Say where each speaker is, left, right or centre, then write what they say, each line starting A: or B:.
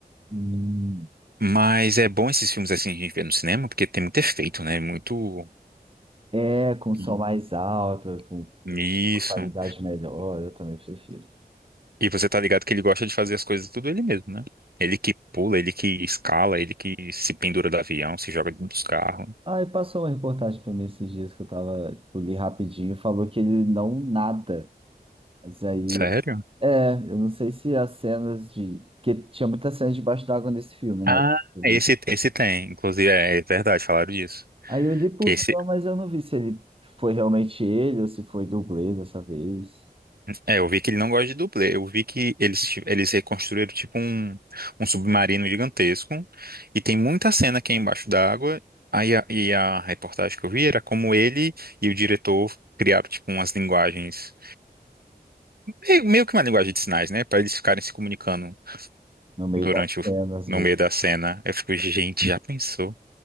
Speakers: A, on the right; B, on the right.
A: Hum,
B: Mas é bom esses filmes assim a gente vê no cinema, porque tem muito efeito, né? Muito.
A: É, com som
B: I-
A: mais alto, com
B: Isso.
A: uma qualidade melhor, eu também prefiro.
B: E você tá ligado que ele gosta de fazer as coisas tudo ele mesmo, né? Ele que pula, ele que escala, ele que se pendura do avião, se joga dos carros.
A: Ah, e passou uma reportagem pra mim esses dias que eu tava, tipo, li rapidinho, e falou que ele não nada. Mas aí,
B: Sério?
A: é, eu não sei se as cenas de. Porque tinha muitas cenas debaixo d'água nesse filme,
B: Ah,
A: né? Eu
B: esse,
A: vi.
B: esse tem. Inclusive, é, é verdade, falaram disso.
A: Aí eu li por
B: Que esse,
A: cima, mas eu não vi se ele foi realmente ele ou se foi dublê dessa vez.
B: É, eu vi que ele não gosta de dublê. Eu vi que eles, ti- eles reconstruíram tipo um, um submarino gigantesco e tem muita cena aqui embaixo d'água. Aí a, e a reportagem que eu vi era como ele e o diretor criaram tipo umas linguagens, meio, meio que uma linguagem de sinais, né? para eles ficarem se comunicando
A: No meio
B: durante
A: das
B: o,
A: cenas, às
B: no
A: vezes.
B: meio da cena. Eu fico, gente, já pensou?